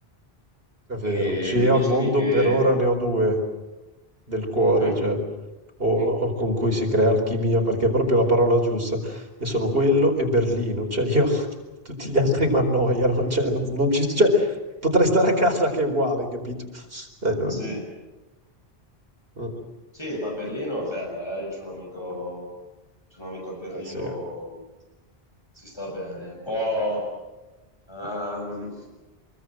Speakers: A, on the right; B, on the left.
A: È vero.
B: E
A: Sì,
B: mi
A: io
B: dicevi
A: al mondo
B: che...
A: per ora ne ho due del cuore,
B: Mhm.
A: cioè, o, o con cui si crea alchimia, perché è proprio la parola giusta. E sono quello e Berlino. Cioè, io <laughs> tutti gli altri mi annoiano. Cioè, non, non ci, cioè, potrei stare a casa che è uguale, capito? Eh, non-
B: Sì.
A: mm.
B: Sì, ma Berlino è bella, eh. C'è un amico, c'è un amico a Berlino,
A: Eh, sì, è
B: si sta bene, un po'. Ehm,